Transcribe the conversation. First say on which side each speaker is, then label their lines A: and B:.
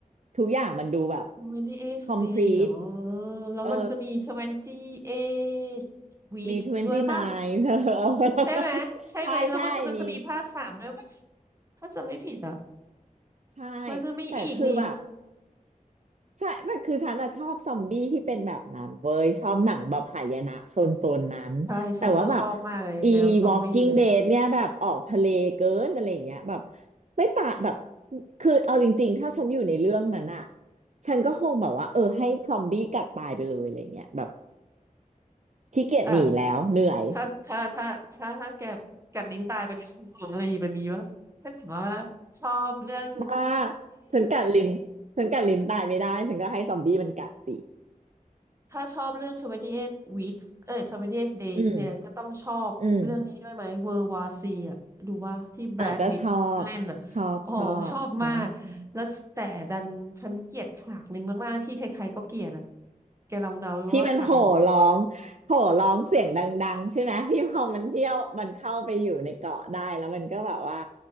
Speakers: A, on the right (about 55°); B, on the right (about 20°).
A: ทุกอย่างมันดูแบบ
B: 28
A: complete
B: day อ๋อแล้วมันจะมี
A: เออ
B: 28 week
A: มี29เก้าเธอเอ
B: ด้วยป่ะ
A: <laughs>
B: ใช่ไหมใช่ไหมแล้วมันกำลังจะมีภาคสามด้วยป่ะ
A: อใช่ใช่มี
B: ถ้าจะไม่ผิดอ่ะ
A: ใช่
B: มันจะมีอีกนี่
A: แต่คือแบบใช่แต่คือฉันอะชอบซอมบี้ที่เป็นแบบนั้นเว้ยชอบหนังแบบหายนะโซนโซนนั้น
B: ใช่
A: แต่ว่าแบบ
B: ฉันก็ชอบมากเลยแนวซอมบี้เนี่ย
A: อี Walking Dead เนี่ยแบบออกทะเลเกินอะไรอย่างเงี้ยแบบไม่ตาแบบ คือเอาจริงๆถ้าฉันอยู่ในเรื่องนั้นอะฉันก็คงแบบว่าเออให้ซอมบี้กัดตายไปเลยอะไรเงี้ยแบบขี้เกียจหนีแล้วเหนื่อย
B: อ่ะถ้า ถ้า ถ้า ถ้า ถ้าแกกัดลิ้นตายไปทุกงหมอะไรแบบนี้วะถ้าเกิดว่าชอบเรื่อง
A: อ่าฉันกัดลิ้นฉันกัดลิ้นตายไม่ได้ฉันก็ให้ซอมบี้มันกัดสิ
B: 28 ถ้าชอบเรื่อง28 weeks เอ้ย2 s days
A: อืม
B: เนี่ยก็ต้องชอบเรื่องนี้ด้วยไหม
A: อืม
B: World War e อ่ะดูว่าที่แบรดพิตต์เล่นอ่ะโอ้โหชอบมาก
A: อ่ะก็ชอบชอบชอบชอบ
B: แล้วแต่ดันฉันเกลียดฉากหนึ่งมากๆที่ใครๆก็เกลียดอ่ะแกลองเดาดูว่าฉากไหน
A: ที่มันโห่ร้องโห่ร้องเสียงดังๆใช่ไหมที่พอมันเที่ยวมันเข้าไปอยู่ในเกาะได้แล้วมันก็แบบว่า